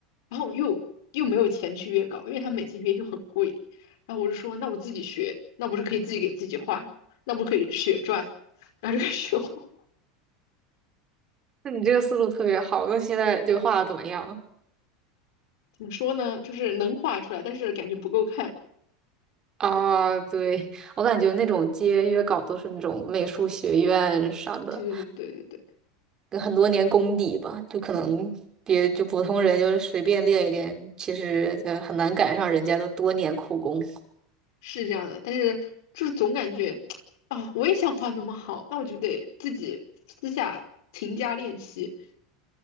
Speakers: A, on the left; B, on the right.
A: 然后又又没有钱去约稿，因为他每次约就很贵。然后我就说，那我自己学，那不是可以自己给自己画，那不可以血赚，然后就开始学画。
B: 那你这个思路特别好。那现在这个画的怎么样？
A: 怎么说呢？就是能画出来，但是感觉不够看。
B: 啊，对，我感觉那种接约稿都是那种美术学院啥的，
A: 对对对对对对，
B: 跟很多年功底吧，就可能别就普通人就是随便练一练，其实呃很难赶上人家的多年苦功。
A: 是这样的。但是就是总感觉啊，我也想画那么好，那我就得自己私下勤加练习。